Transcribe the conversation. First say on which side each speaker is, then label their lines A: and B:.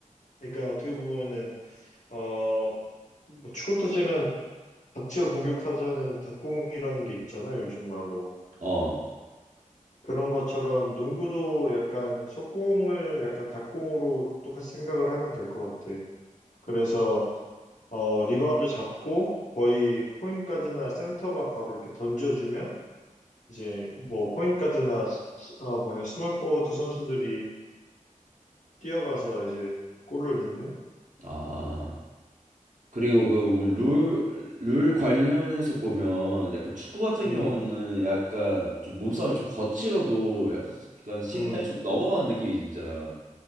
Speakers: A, on the left; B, on the right.
A: 그러니까 어떻게 보면은, 어, 뭐 축구로 따지면 닥치고 공격하자는 닥공이라는 게 있잖아요, 요즘 말로.
B: 어.
A: 그런 것처럼 농구도 약간 속공을 약간 닥공으로 똑같이 생각을 하면 될 것 같아. 그래서 어, 리바운드 잡고 거의 포인트 가드나 센터가 바로 이렇게 던져주면 이제 뭐 포인트 가드나 스- 스- 어, 뭐냐 스몰 포워드 선수들이 뛰어가서 이제 골을 넣는?
B: 아. 그리고 그룰룰 관련해서 보면 약간 축구 같은
A: 음,
B: 경우는 약간 좀 몸싸움이 좀 거칠어도 약간 약간 심판이
A: 음,
B: 좀 넘어가는 느낌이잖아.